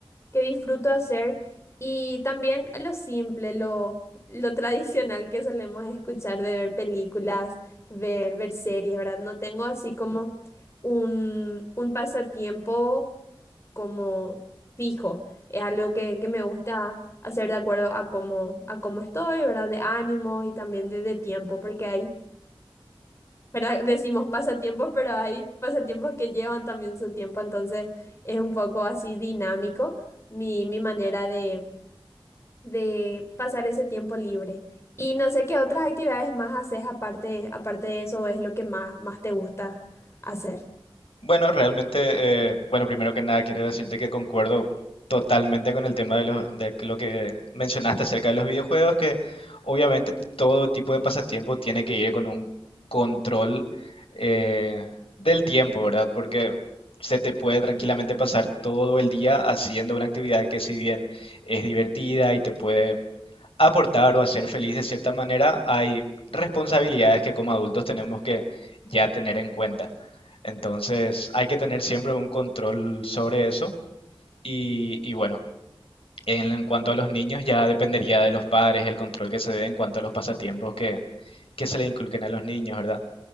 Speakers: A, on the left; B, on the left.
A: que disfruto hacer. Y también lo simple, lo, lo tradicional que solemos escuchar de ver películas, ver, ver series, ¿verdad? No tengo así como un, un pasatiempo como fijo. Es algo que, que me gusta hacer de acuerdo a cómo, a cómo estoy, ¿verdad? De ánimos y también de, de tiempo, porque hay ¿verdad? <laughs> Decimos pasatiempos, pero hay pasatiempos que llevan también su tiempo, entonces es un poco así dinámico mi, mi manera de, de pasar ese tiempo libre. Y no sé qué otras actividades más haces aparte, aparte de eso, es lo que más, más te gusta hacer.
B: Bueno, realmente, eh, bueno, primero que nada quiero decirte que concuerdo totalmente con el tema de, los, de lo que mencionaste acerca de los videojuegos, que obviamente todo tipo de pasatiempo tiene que ir con un control eh, del tiempo, ¿verdad? Porque se te puede tranquilamente pasar todo el día haciendo una actividad que si bien es divertida y te puede aportar o hacer feliz de cierta manera, hay responsabilidades que como adultos tenemos que ya tener en cuenta. Entonces, hay que tener siempre un control sobre eso. Y, y bueno, en, en cuanto a los niños, ya dependería de los padres el control que se dé en cuanto a los pasatiempos que, que se le inculquen a los niños, ¿verdad?